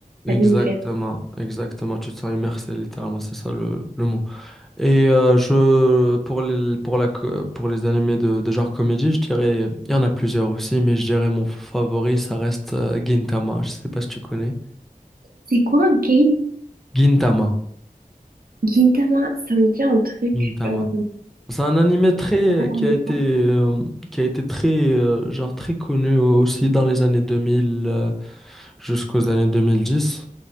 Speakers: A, in the centre; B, on the right.
A: Exactement,
B: dans l'univers.
A: exactement. Tu te sens immersé, littéralement, c'est ça le, le mot. Et euh, je, pour les, pour la, co- pour les animés de, de genre comédie, je dirais, il y en a plusieurs aussi, mais je dirais mon favori, ça reste euh, Gintama. Je sais pas si tu connais.
B: C'est quoi un game?
A: Gintama.
B: Gintama, ça me dit un truc.
A: Gintama.
B: euh,
A: C'est un animé très
B: Attends,
A: qui a
B: de
A: été
B: quoi?
A: euh, qui a été très euh, genre très connu aussi dans les années 2000 euh, jusqu'aux années 2010,